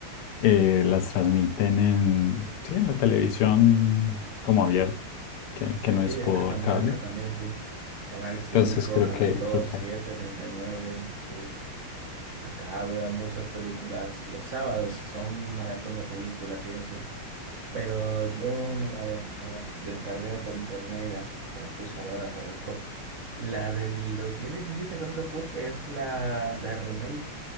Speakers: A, on the left; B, on the right.
A: eh, las transmiten en, sí, en la televisión como abierta, que, que
B: Sí,
A: no
B: sí,
A: es por
B: acá también,
A: cable.
B: acá también, sí. Canal cinco
A: Entonces creo
B: Canal
A: que,
B: dos
A: creo que
B: siete treinta y nueve sí. Acá veo muchas películas. Los sábados son un maratón de películas y eso. Pero yo me la, me la descargué por internet y las, me las puse a ver Robocop. La del 2017 creo que fue, que es la de remake.